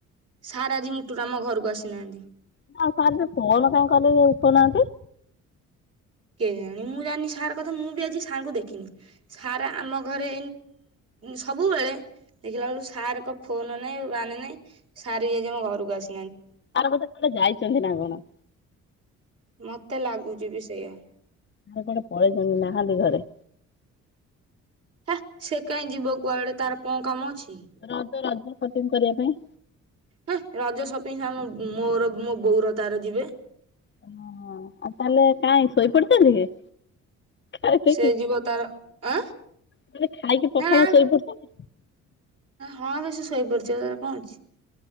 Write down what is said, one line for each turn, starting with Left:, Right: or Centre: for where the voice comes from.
Right: ସାର୍ ଆଜି ମୁଟୁ ଆମ ଘରକୁ ଆସିନାହାନ୍ତି।
Left: ନା ସାର ଫନ କାଇଁ କଲେ ଉଠନାହାନ୍ତି।
Right: କିଏ ଜାଣି ମୁଁ ଜାଣିନି ସାର୍ କଥା ମୁଁ ବି ଆଜି ସାର ଙ୍କୁ ଦେଖିନି ସାର୍ ଆମ ଘରେ ସବୁବେଳେ ଦେଖିଲା ବେଳୁ ସାର୍ ଏକ ଫୋନ ନାଇଁ ଆଣେ ନାଇଁ ସାର ଆଜି ଆମ ଘରକୁ ଆସି
Left: ସାର ବୋଧେ କୁଆଡେ ଯାଇଛନ୍ତି ନା କଣ?
Right: ମତେ ଲାଗୁଛି ବି ସେଇଆ।
Left: ଆରେ କୁଆଡେ ପଳେଇଛନ୍ତି ନାହାନ୍ତି ଘରେ।
Right: ହେ ସେ କହିଁ ଯିବ କୁଆଡେ ତାର କଣ କାମ ଅଛି କି?
Left: ରାଧେ ରାଧେ। ସପିଙ୍ଗ କରିବା ପାଇଁ।
Right: ହେଁ ରଜ ସପିଙ୍ଗ ମୋର ମୋ ବୋଉର ତାର ଯିବେ।
Left: ଓ ଆଉ ତାହେଲେ କାଇଁ ଶୋଇପଡିଛନ୍ତି। ଖାଇପିଇକି
Right: ସେ ଯିବ ତାର ଆ
Left: ମାନେ ଖାଇକି ପଖାଳ
Right: ହେ
Left: ଶୋଇପଡିଛନ୍ତି
Right: ହଁ ବେଶୀ ଶୋଇପଡିଛି ତାଲେ କଣ ଅଛି।